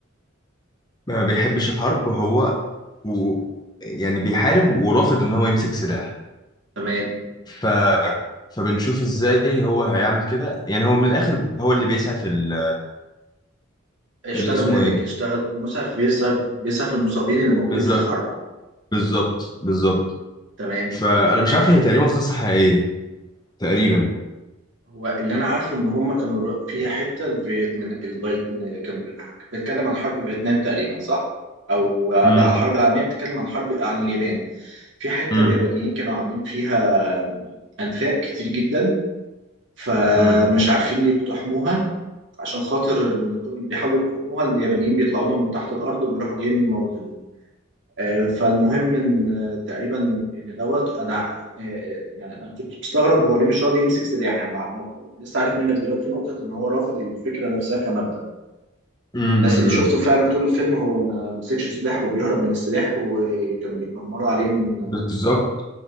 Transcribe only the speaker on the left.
ما بيحبش الحرب هو و يعني بيحارب ورافض إن هو يمسك سلاح
ف... فبنشوف إزاي هو هيعمل كده يعني هو من الآخر هو اللي بيسعى في ال...
اللي اسمه
إيه
بالظبط
بالظبط بالظبط
فأنا مش عارف هي تقريبا قصة حقيقية تقريبا
امم
امم
امم
امم
امم
بالظبط